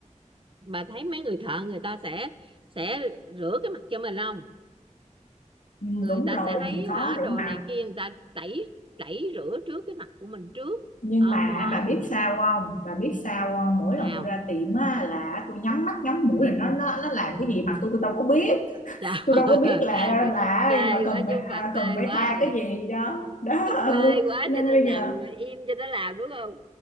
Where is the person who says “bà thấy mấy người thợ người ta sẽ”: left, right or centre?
Right